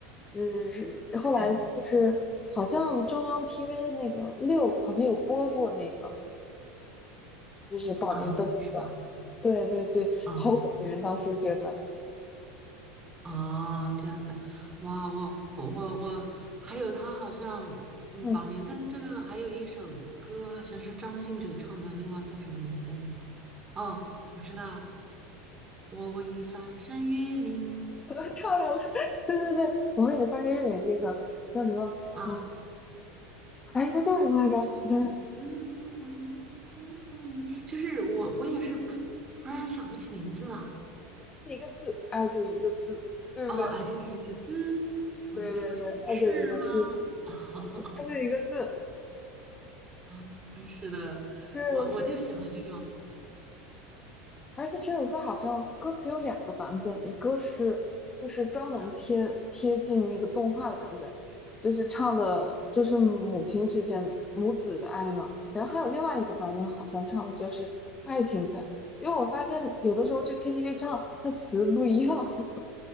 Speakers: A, on the left; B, on the right.
A: 嗯，是后来就是好像中央
B: 对
A: TV 那个六好像有播过那个，就是《宝莲灯》那个，
B: 啊，是吧？
A: 对对对，
B: 啊。
A: 好感人，当时觉得。
B: 啊，这样子，哇，我我我还有他好像，嗯，
A: 嗯。
B: 《宝莲灯》这个还有一首歌，好像是张信哲唱的，另外叫什么名字？哦，我知道，我为你翻山越岭
A: 我又唱上了，<laughs> 对对对，我为你翻开一脸这个叫什么啊？
B: 啊，
A: 哎，它叫什么来着？
B: 却不能看望你，
A: 我想想，
B: 这个你，就是我，我也是不，突然想不起名字了。
A: 就一个字，爱就一个字，对不对？
B: 哦，哎，就一个字，我再说一次是吗？
A: 对对对，爱就一个字，
B: <laughs>
A: 爱就一个字，
B: 啊，是的，
A: 是的，
B: 我我就喜欢这种。
A: 是而且这首歌好像歌词有两个版本，一个是就是专门贴贴近那个动画的版本，就是唱的就是母亲之间母子的爱嘛。然后还有另外一个版本，好像唱的就是爱情的。因为我发现有的时候去 KTV 唱，它词不一样。<laughs>